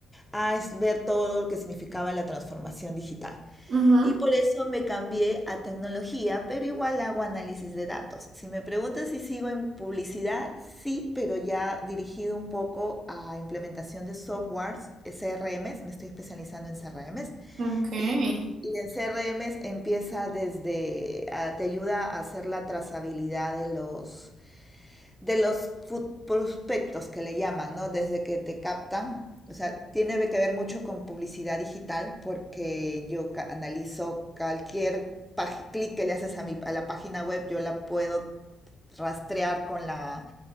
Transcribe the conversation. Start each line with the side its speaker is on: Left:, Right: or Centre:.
Centre: a es- ver todo lo que significaba la transformación digital.
Right: Ujú,
Centre: Y por eso me cambié a tecnología, pero igual hago análisis de datos. Si me preguntas si sigo en publicidad, sí, pero ya dirigido un poco a implementación de softwares, eh, CRMs, me estoy especializando en CRMs.
Right: Ok, <laughs>
Centre: Y, y en CRMs empieza desde, ah, te ayuda a hacer la trazabilidad de los, de los prospectos que le llaman, ¿no? Desde que te captan. O sea, tiene que ver mucho con publicidad digital porque yo analizo cualquier clic que le haces a, mi, a la página web, yo la puedo rastrear con la